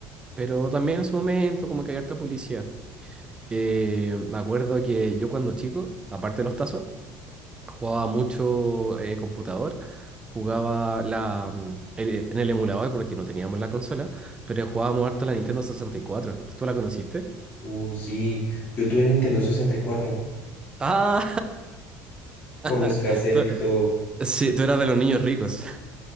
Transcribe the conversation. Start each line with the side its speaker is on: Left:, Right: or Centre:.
Right: Pero también en su momento como que había harta publicidad. Eh, me acuerdo que yo cuando chico, aparte de los tazos, jugaba mucho eh, computador, jugaba la, mm, el- en el emulador porque no teníamos la consola, pero jugábamos harto la Nintendo 64. ¿Tú la conociste?
Left: Uh, sí, yo tuve Nintendo 64
Right: Ah,
Left: con los
Right: <laughs>
Left: cassettes
Right: tú,
Left: y todo.
Right: sí, tú eras de los niños ricos.